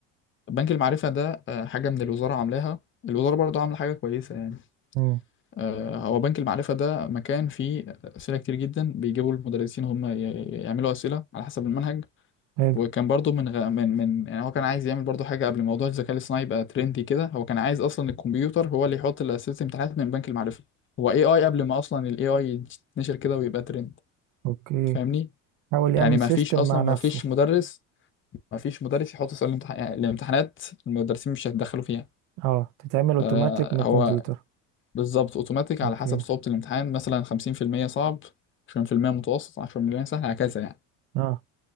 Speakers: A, on the left (about 35°); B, on the right (about 60°).
A: بنك المعرفة ده آه، حاجة من الوزارة عاملاها الوزارة برضو عاملة حاجة كويسة يعني
B: مم.
A: آه، هو بنك المعرفة ده مكان فيه أسئلة كتير جدا بيجيبوا المدرسين هم ي- ي- يعملوا أسئلة على حسب المنهج
B: حلو
A: وكان برضو من غ... من من يعني هو كان عايز يعمل برضو حاجة قبل موضوع الذكاء الاصطناعي يبقى ترندي كده هو كان عايز أصلا الكمبيوتر هو اللي يحط أسئلة الامتحانات من بنك المعرفة هو اي اي قبل ما أصلا الاي اي يتنشر كده ويبقى ترند
B: أوكي
A: فاهمني
B: حاول يعمل
A: يعني ما
B: سيستم
A: فيش أصلا
B: مع
A: ما
B: نفسه
A: فيش مدرس ما فيش مدرس يحط أسئلة الامتح- يعني الامتحانات المدرسين مش هيتدخلوا فيها
B: اه تتعمل اوتوماتيك
A: آه،
B: من الكمبيوتر
A: هو بالظبط اوتوماتيك على
B: اوكي
A: حسب صعوبة الامتحان مثلا 50% صعب 20% متوسط 10% سهل هكذا يعني
B: اه